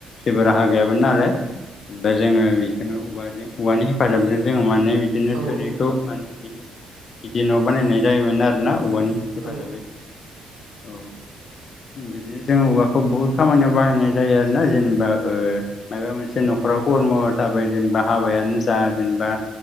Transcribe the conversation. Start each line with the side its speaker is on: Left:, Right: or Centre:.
Left: जेबो राहा गैयाबोन नालाय जेनबा जोंङो बेखौनो औवाजों औवानि हेफाजाबजों जोंङो माने बिदिनो
Right: औ
Left: थोरिखौ
Right: औ नंगौ नोंथां
Left: माने बि बिदि न' बानायनाय जायोमोन आरो। <unintelligible> औवानि हेफाजाबै।
Right: औ
Left: औ बिदिनो जोंङो औवाखौ बुहुद खामानियाव बाहायनाय जायो आरोना जेनेबा ओ मायबा मोनसे न'खराव खर्म जाबाय जेनेबा हाबायानो जा जेनेबा